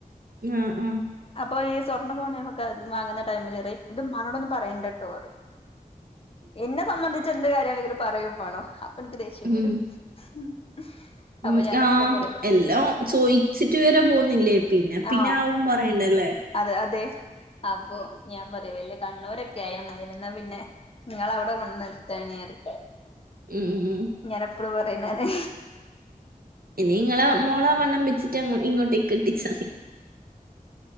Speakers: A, on the right; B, on the left.
A: ആഹ് ആഹ്
B: അപ്പൊ ഈ സ്വർണ്ണക്കെ പണയം വെക്കാൻ വാങ്ങുന്ന ടൈമിൽ പറയും ഇത് ഉമ്മാനോടൊന്നും പറയേണ്ട കേട്ടോ എന്നെ സംബന്ധിച്ച എന്ത് കാര്യമാണെങ്കിലും പറയയും വേണം അപ്പൊ എനിക്ക് ദേഷ്യം
A: ഉം
B: വരും <unintelligible>
A: ഉം
B: ഞാൻ
A: ആഹ്
B: എപ്പളും പറയും
A: എല്ലാം ചോദിച്ചിട്ട് വേരെ പോകുന്നില്ലേ പിന്നെ പിന്നെ
B: ആഹ്
A: ആവും പറയണ്ടല്ലേ
B: അതെ അതെ അപ്പൊ ഞാൻ പറയാ വല്ല കണ്ണൂരൊക്കെ ആയ മതി എന്നാ പിന്നെ നിങ്ങൾ അവിടെ വന്ന് എടുത്തേനേറി
A: ഉം ഉം
B: ഞാൻ എപ്പളും പറയുന്നതാണ്
A: ഇനി ഇങ്ങളെ മോളെ വണ്ണം വെച്ചിട്ട് ഇങ്ങോട്ടേക്ക് കെട്ടിച്ചാമതി